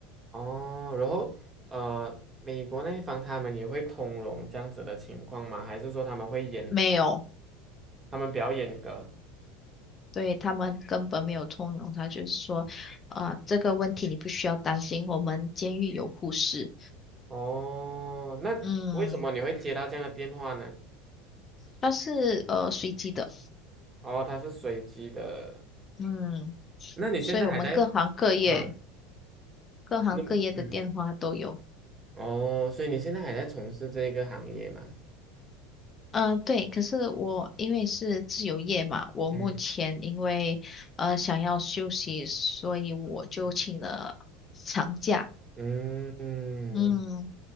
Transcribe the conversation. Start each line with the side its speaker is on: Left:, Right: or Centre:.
Right: 哦，然后呃，美国那一方他们也会通融这样子的情况吗？还是说他们会严，
Left: 没有，
Right: 他们比较严格？
Left: 对，他们根本没有通融。他就是说，啊、这个问题你不需要担心，我们监狱有护士。
Right: 哦，那为什么你会接到这样的电话呢？
Left: 嗯，它是呃随机的，
Right: 哦，它是随机的。
Left: 嗯，
Right: 那你现在还在
Left: 所以我们各行各业、
Right: <laughs> 啊？
Left: 各行各业的电话都有。
Right: 那嗯，哦，所以你现在还在从事这个行业吗？
Left: 嗯、呃对，可是我因为是自由业嘛，我目前因为呃想要休息，
Right: 嗯
Left: 所以我就请了长假。
Right: 嗯，
Left: 嗯，